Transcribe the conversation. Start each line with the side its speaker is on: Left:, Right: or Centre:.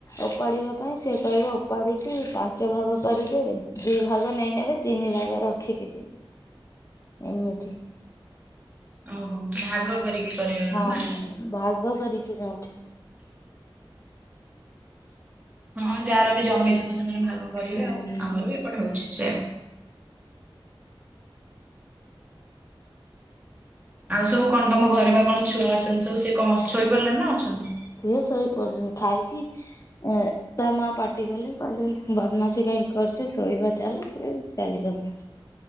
Left: ଓପାଡିବା ପାଇଁ ସେ କହିବ ଓପାଡିିକି ପାଞ୍ଚ ପାଞ୍ଚ ଭାଗ କରିଦେବେ ଦି ଭାଗ ନେଇନେବେ ତିନି ଭାଗ ରଖିକି ଯିବେ। ଏମିତି।
Right: ଓହୋ ଭାଗ କରିକି। କରିବାର
Left: ହଁ
Right: ନା।
Left: ହଁ ଭାଗ କରିକି ଯାଉଛନ୍ତି।
Right: ହଁ ଯାହାର ବି ଜମିଥିବ ସେମାନେ ଭାଗ କରିବେ
Left: ହୁଁ
Right: ଆଉ ଆମର ବି ଏପଟେ ହଉଛି ସେୟା। ଆଉ ସବୁ କଣ ତମ ଘରେ ବା କଣ ଛୁଆ ଅଛନ୍ତି ସବୁ ସେ କଣ ଶୋଇପଡିଲେଣି ନା ଅଛନ୍ତି।
Left: ସିଏ ଶୋଇପଡିଲେଣି ଖାଇକି ଏଁ ତା ମା ପାଟି କଲେ କହିଲେ ବଦମାସୀ କାହିଁକି କରୁଛୁ ଶୋଇବା ଚାଲ ସେ ଚାଲିଗଲେ।